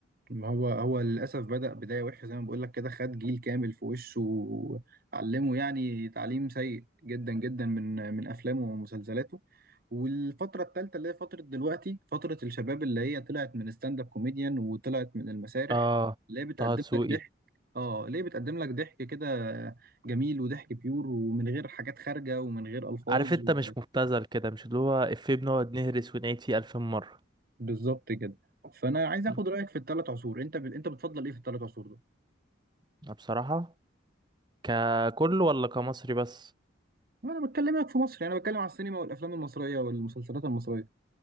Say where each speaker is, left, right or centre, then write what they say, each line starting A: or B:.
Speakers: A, on the right; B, on the right.
A: ما هو هو للأسف بدأ بداية وحشة زي ما بقول لك كده خد جيل كامل في وشه وعلمه يعني تعليم سيء جدا جدا من من أفلامه ومسلسلاته والفترة التالتة اللي هي فترة دلوقتي فترة الشباب اللي هي طلعت من ستاند اب كوميديان وطلعت من المسارح
B: اه
A: اللي هي بتقدم
B: طه دسوقي
A: لك ضحك اه ليه بتقدم لك ضحك كده جميل وضحك بيور ومن غير حاجات خارجة ومن غير ألفاظ
B: عارف انت
A: و-
B: مش مبتذل كده مش اللي هو افيه بنقعد نهرس ونعيد فيه الفين مرة
A: بالظبط كده فأنا عايز آخد
B: أمم،
A: رأيك في الثلاث عصور أنت ب... أنت بتفضل إيه في الثلاث عصور دول؟
B: أنا بصراحة ككل ولا كمصري بس
A: انا بكلمك في مصر يعني انا بتكلم على السينما والافلام المصريه والمسلسلات المصريه